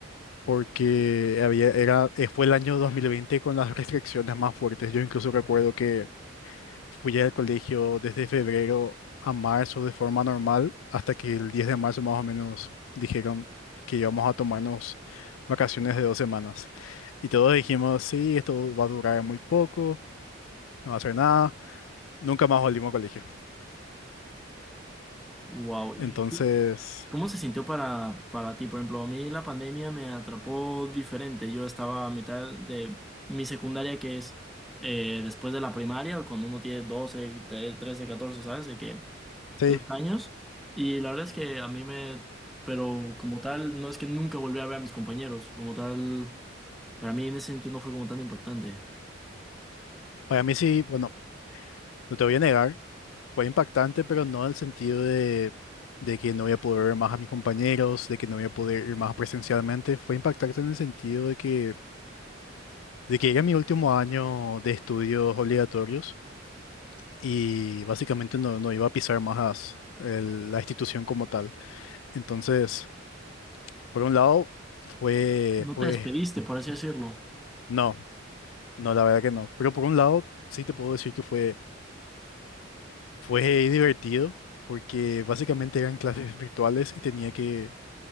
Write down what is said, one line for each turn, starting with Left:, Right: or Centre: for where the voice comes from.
Left: porque había, era, eh, fue el año 2020 con las restricciones más fuertes. Yo incluso recuerdo que fui al colegio desde febrero a marzo de forma normal, hasta que el 10 de marzo más o menos dijeron que íbamos a tomarnos vacaciones de dos semanas. Y todos dijimos, sí, esto va a durar muy poco, no va a hacer nada. Nunca más volvimos al colegio.
Centre: wow. ¿Y
Left: Entonces,
Centre: qué- cómo se sintió para, para ti? Por ejemplo, a mí la pandemia me atrapó diferente. Yo estaba a mitad de mi secundaria, que es eh, después de la primaria, cuando uno tiene doce te- 13, 14, ¿sabes? De que
Left: sí,
Centre: esos años. Y la verdad es que a mí me... Pero como tal, no es que nunca volví a ver a mis compañeros. Como tal, para mí en ese sentido no fue como tan impactante.
Left: para mí sí, bueno, no te voy a negar. Fue impactante, pero no en el sentido de, de que no voy a poder ver más a mis compañeros, de que no voy a poder ir más presencialmente. Fue impactante en el sentido de que, de que era mi último año de estudios obligatorios y básicamente no, no iba a pisar más el- la institución como tal. Entonces, por un lado, fue,
Centre: No
Left: fue,
Centre: te despediste, por así decirlo.
Left: no, no, la verdad que no. Pero por un lado, sí te puedo decir que fue, fue divertido porque básicamente eran clases virtuales y tenía que